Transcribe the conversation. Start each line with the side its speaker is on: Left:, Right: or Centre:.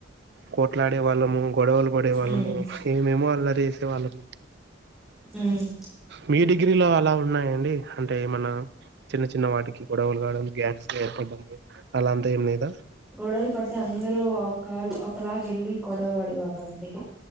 Right: కోట్లాడే వాళ్ళము గొడవలు పడే వాళ్ళము
Centre: ఉమ్.
Right: ఏమేమో అల్లరి చేసే వాళ్ళమ్
Centre: హ్మ్
Right: మీ డిగ్రీలో అలా ఉన్నాయండి అంటే మన చిన్న చిన్న వాటికి గొడవలు కావడం గ్యాంగ్స్ గా ఏర్పడమ్ అలా అంతా ఏంలేదా
Centre: గొడవలు పడతే అందరూ ఒకాల్ ఒక్ అలాగెళ్ళి గొడవ వడేవాళ్ళమండి